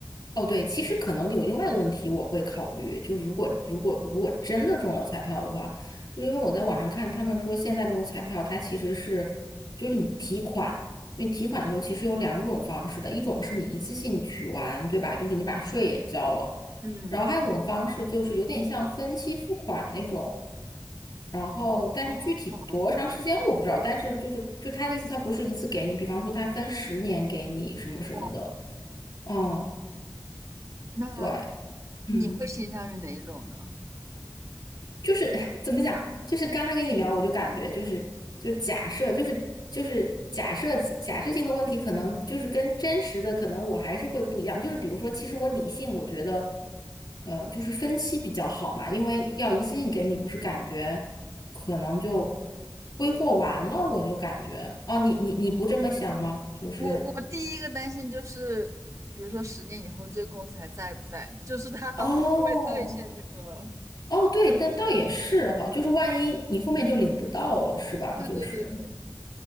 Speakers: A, on the left (about 80°); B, on the right (about 45°).
A: 哦对，其实可能有另外一个问题我会考虑，就是如果如果如果真的中了彩票的话，就因为我在网上看他们说现在这种彩票它其实是就是你提款。因为提款的时候其实有两种方式的，一种是你一次性取完，对吧？就是你把税也交了。
B: 嗯，
A: 然后还有一种方式就是有点像分期付款那种，然后但是具体多长时间我不知道，
B: 哦，
A: 但是就是就他的意思，他不是一次给你，比方说他分十年给你什么什么的，
B: 哇
A: 嗯，
B: 那
A: 对，嗯。
B: 你会倾向于哪一种呢？
A: 就是 <laughs> 怎么讲，就是刚才跟你聊，我就感觉就是就假设，就是就是假设假设性的问题，可能就是跟真实的，可能我还是会不一样。就是比如说，其实我理性，我觉得呃，就是分析比较好嘛，因为要一次性给你，不是感觉可能就挥霍完了，我就感觉哦，你你你不这么想吗？就是
B: 我我第一个担心就是，比如说十年以后这个公司还在不在，就是他还会不会兑现这个。
A: 哦哦，对，但倒也是哈，就是万一你后面就领不到了，是吧？
B: 对对对对，
A: 就是